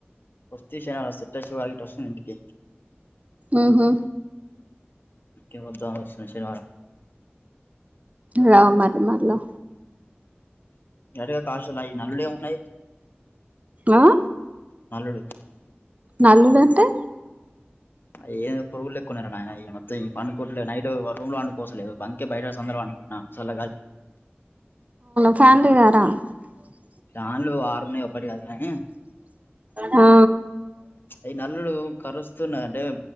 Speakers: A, on the left (about 55°); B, on the right (about 35°).
A: వస్తతిషనాల సట్షో వస్తు ఇంంటికకి
B: ఆహా
A: ఇకే వద్దాస్తు శవ
B: రా మరి మరిలో
A: ఎరక కాశలయి నల్ న
B: ఆ
A: నాలుడు
B: నల్లులు అంటే
A: ఏం పురుగులు లేక్కున్నన్నారు నాయన ఈ మొం పడుకోవలే నైట్ రూమ్ లో అండుకోసలేదు పంకే బయటందరనుకుంట నా చాలా కాకి
B: <unintelligible>
A: దాన్లో ఓ ఆరున్నాయ్ ఓ పది కాదు కానీ
B: ఆ
A: ఈ నల్లులు కరుస్తున్నా అంటే